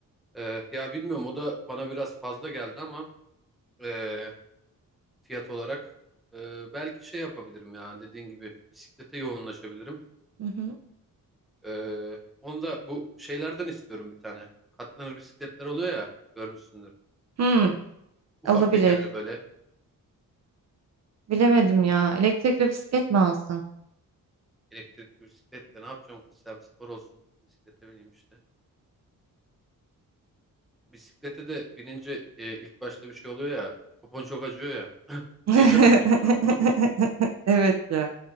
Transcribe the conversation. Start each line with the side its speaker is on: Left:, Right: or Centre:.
Centre: Ee, ya bilmiyorum o da bana biraz fazla geldi ama e, fiyat olarak e, belki şey yapabilirim ya dediğin gibi bisiklete yoğunlaşabilirim.
Right: Hı hı.
Centre: Ee, onu da bu şeylerden istiyorum bir tane. Katlanır bisikletler oluyor ya görmüşsündür.
Right: Hmm,
Centre: Ufak
Right: olabilir.
Centre: tekerli böyle
Right: Bilemedim ya. Elektrikli bisiklet mi alsam?
Centre: elektrikli bisikletle ne yapacağım kız hem spor olsun. Bisiklete bineyim işte. Bisiklete de binince e, ilk başta bir şey oluyor ya. Popon çok acıyor ya. <laughs>
Right: <laughs>
Centre: Yaşadın mı hiç bunu? <laughs>
Right: Evet ya.